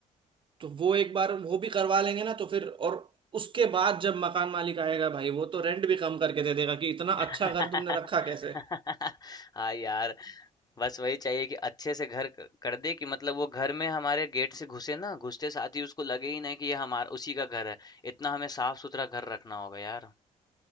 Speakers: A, on the right; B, on the left.
A: तो वो एक बार वो भी करवा लेंगे ना तो फिर और उसके बाद जब मकान मालिक आएगा भाई वो तो रेंट भी कम करके दे देगा कि इतना
B: <laughs>
A: अच्छा घर तुमने रखा कैसे
B: हाँ यार, बस वही चाहिए कि अच्छे से घर क कर दे कि मतलब वो घर में हमारे गेट से घुसे ना, घुसते साथ ही उसको लगे ही नहीं कि ये हमार उसी का घर है। इतना हमें साफ-सुथरा घर रखना होगा यार।